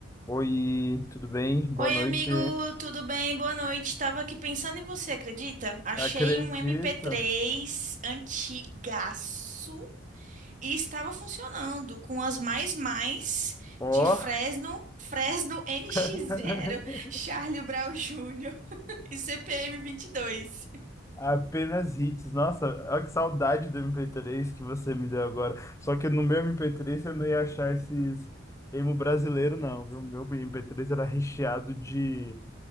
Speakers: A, on the left (about 15°); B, on the right (about 40°).
A: Oi, tudo bem? Boa
B: Oi,
A: noite.
B: amigo, tudo bem? Boa noite. Tava aqui pensando em você, acredita? Achei
A: Acredito.
B: um MP3 antigaço e estava funcionando com as mais mais
A: Ó,
B: de Fresno, Fresno <laughs> NX0,
A: <laughs>
B: Charlie Brown Jr. e CPM 22.
A: apenas hits. Nossa, olha que saudade do MP3 que você me deu agora. Só que no meu MP3 eu não ia achar esses emo brasileiro, não, viu? Meu MP3 era recheado de